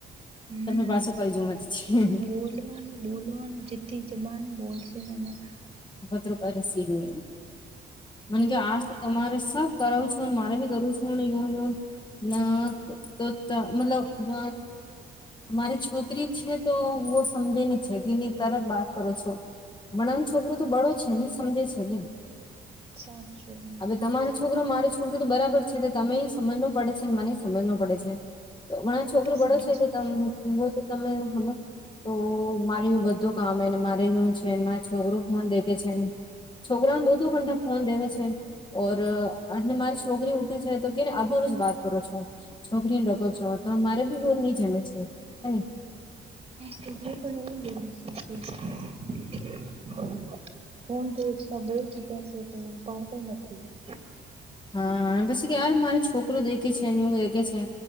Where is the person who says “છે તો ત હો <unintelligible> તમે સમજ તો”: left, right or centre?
Left